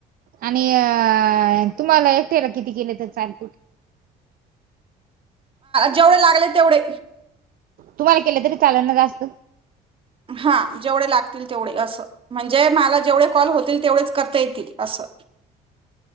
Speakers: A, on the right; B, on the right.
A: आणि अ तुम्हाला एकट्याला किती केले तर चालतील?
B: जेवढे लागले तेवढे
A: तुम्हाला केलं तरी चालल ना जास्त?
B: हा जेवढे लागतील तेवढे असं म्हणजे मला जेवढे कॉल होतील तेवढेच करता येतील असं.